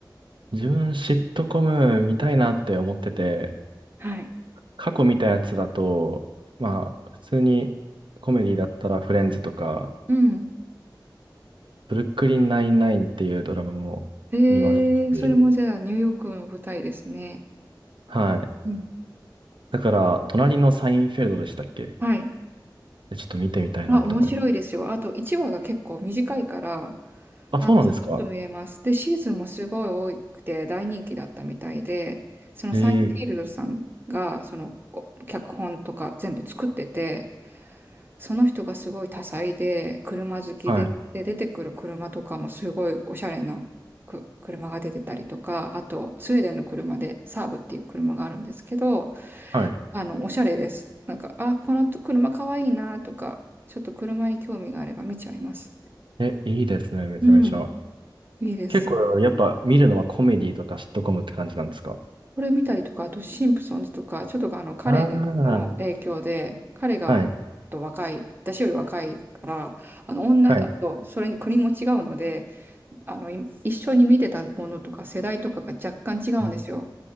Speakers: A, on the right; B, on the right.
A: 自分、シットコム見たいなって思ってて、
B: はい。
A: 過去見たやつだと、まあ、普通にコメディだったらフレンズとか、
B: うん。
A: ブルックリンナインナインっていうドラマも見ましたし、
B: えー、それもじゃあニューヨークの舞台ですね。
A: はい。
B: うん。
A: だから、隣のサインフェルドでしたっけ
B: はい。
A: ちょっと見てみたいなと思います。
B: あ、面白いですよ。あと1話が結構短いから、
A: あ、
B: あ、
A: そうなんですか
B: サクッと見れます。で、シーズンもすごい多くて大人気だったみたいで、そのサインフィールドさんが、
A: ええ、
B: そのお脚本とか全部作ってて、その人がすごい多彩で、車好きで、
A: はい。
B: で、出てくる車とかもすごいおしゃれなく車が出てたりとか、あと、スウェーデンの車でサーブっていう車があるんですけど、
A: はい。
B: あの、おしゃれです。なんか、あ、この車かわいいなとか、ちょっと車に興味があれば見ちゃいます。
A: え、いいですね、めちゃめちゃ。
B: うん、いいです。
A: 結構、やっぱ見るのはコメディとかシットコムって感じなんですか
B: これ見たりとか、あとシンプソンズとか、ちょっとあの彼の影響で、
A: ああー、
B: 彼がちょっと若い、
A: はい、
B: 私より若いから、あの女、
A: はい、
B: あとそれに国も違うので、あのい一緒に見てたものとか世代とかが若干違うんですよ。
A: うん